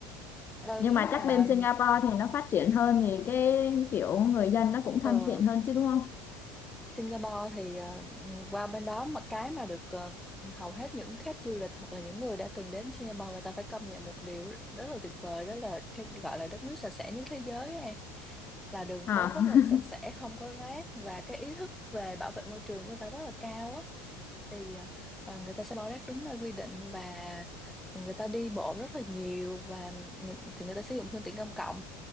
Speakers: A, in the centre; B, on the left.
A: Ờ,
B: nhưng
A: nếu
B: mà
A: mà
B: chắc bên Singapore thì nó phát triển hơn thì cái kiểu người dân nó cũng
A: Ờ,
B: thân thiện hơn chứ đúng không?
A: Singapore thì ờ, qua bên đó mà cái mà được ờ, hầu hết những khách du lịch hoặc là những người đã từng đến Singapore người ta phải công nhận một điều rất, rất là tuyệt vời đó là cái gọi là đất nước sạch sẽ nhất thế giới á em là đường phố
B: Hả?
A: rất
B: <laughs>
A: là sạch sẽ không có rác và cái ý thức về bảo vệ môi trường của người ta rất là cao á thì ờ, ờ, người ta sẽ bỏ rác đúng nơi quy định và người ta đi bộ rất là nhiều và người, thì người ta sử dụng phương tiện công cộng